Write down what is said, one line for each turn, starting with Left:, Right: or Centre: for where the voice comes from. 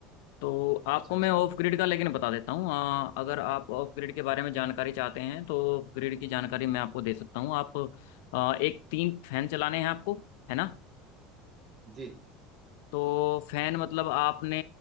Left: तो आपको
Right: अच्छा अच्छा
Left: मैं ऑफ ग्रिड का लेकिन बता देता हूँ अ, अगर आप ऑफ ग्रिड के बारे में जानकारी चाहते हैं तो ऑफ ग्रिड की जानकारी मैं आपको दे सकता हूँ आप अ, एक तीन फैन चलाने हैं आपको है ना
Right: जी
Left: तो फैन मतलब आपने